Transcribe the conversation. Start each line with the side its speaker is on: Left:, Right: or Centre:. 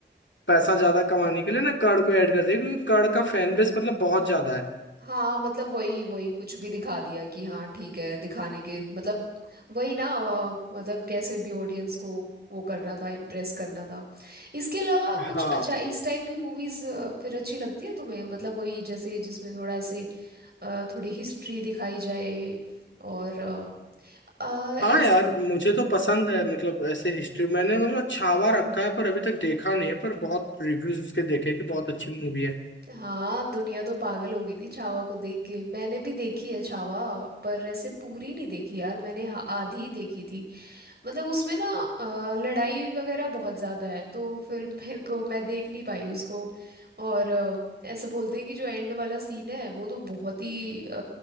Left: पैसा ज्यादा कमाने के लिए ना कर्ण को ऐड कर दिया क्योंकि कर्ण का फैन बेस मतलब बहुत ज्यादा है
Right: हाँ मतलब वही वही कुछ भी दिखा दिया कि हाँ ठीक है दिखाने के मतलब वही ना अ, मतलब कैसे भी ऑडियंस को वो करना था इम्प्रेस करना था इसके अलावा
Left: हाँ
Right: कुछ अच्छा इस टाइप की मूवीज फिर अच्छी लगती है तुम्हें मतलब वही जैसे जिसमें थोड़ा ऐसे अ, थोड़ी हिस्ट्री दिखाई जाए और अ, अ,
Left: हाँ
Right: ऐस
Left: यार मुझे तो पसंद है मतलब ऐसे हिस्ट्री मैंने मतलब छावा रखा है पर अभी तक देखा नहीं है पर बहुत रिव्यूज उसके देखे कि बहुत अच्छी मूवी है
Right: हाँ दुनिया तो पागल हो गई थी छावा को देख के मैंने भी देखी है छावा पर ऐसे पूरी नहीं देखी यार मैंने हा- आधी ही देखी थी मतलब उसमें ना अ, लड़ाई वगैरह बहुत ज़्यादा है तो फिर मेरे को मैं देख नहीं पाई उसको और ऐसे बोलते हैं कि जो एंड वाला सीन है वो तो बहुत ही अ,